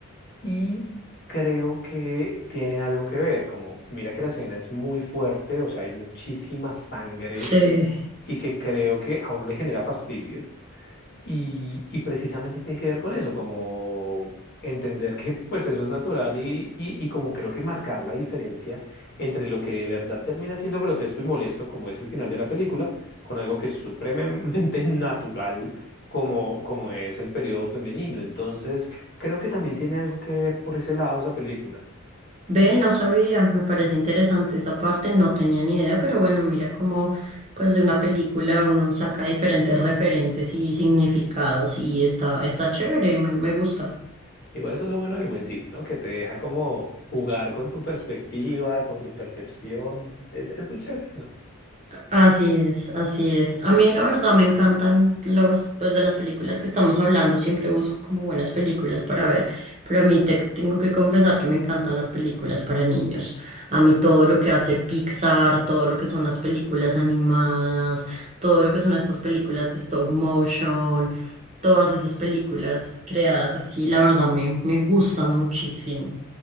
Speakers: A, on the left; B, on the right.
A: Y creo que tiene algo que ver, como mira que la escena es muy fuerte, o sea, hay muchísima sangre
B: sí.
A: y que creo que a uno le genera fastidio. Y, y precisamente tiene que ver con eso, como entender que pues eso es natural y, y, y como creo que marcar la diferencia entre lo que de verdad termina siendo grotesco y molesto, como es el final de la película, con algo que es supremamente <laughs> natural, como, como es el periodo femenino. Entonces, creo que también tiene algo que ver por ese lado esa película.
B: Ve, no sabía, me parece interesante esa parte, no tenía ni idea, pero bueno, mira cómo pues de una película uno saca diferentes referentes y significados y está, está chévere, me, me gusta.
A: Igual eso es lo bueno del buen cine, ¿no? Que te deja como jugar con tu perspectiva, con tu percepción. Es, es muy chévere eso.
B: Así es, así es. A mí la verdad me encantan los, pues de las películas que estamos hablando, siempre busco como buenas películas para ver, pero a mí te tengo que confesar que me encantan las películas para niños. A mí todo lo que hace Pixar, todo lo que son las películas animadas, todo lo que son estas películas de stop motion, todas esas películas creadas así, la verdad me, me gustan muchísimo.